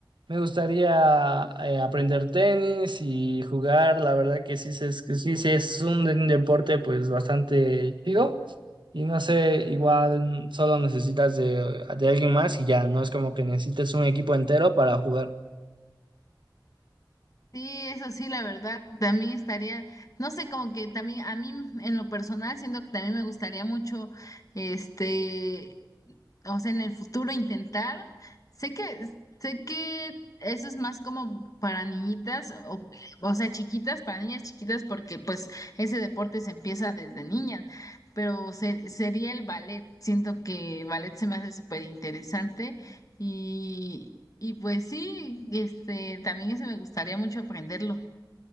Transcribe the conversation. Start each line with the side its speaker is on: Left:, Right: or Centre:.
Right: Me gustaría eh, aprender tenis y jugar. La verdad que sí, se- es, que sí, sí es un, un deporte pues bastante chido. Y no sé, igual mm, solo necesitas de, de alguien más y ya, no es como que necesites un equipo entero para jugar.
Left: Sí, eso sí, la verdad, también estaría, no sé, como que también a mí en lo personal siento que también me gustaría mucho, este, o sea, en el futuro intentar, sé que, sé que eso es más como para niñitas, o, o sea, chiquitas, para niñas chiquitas, porque pues ese deporte se empieza desde niñas, pero se- sería el ballet, siento que ballet se me hace súper interesante y, y pues sí, este, también ese me gustaría mucho aprenderlo.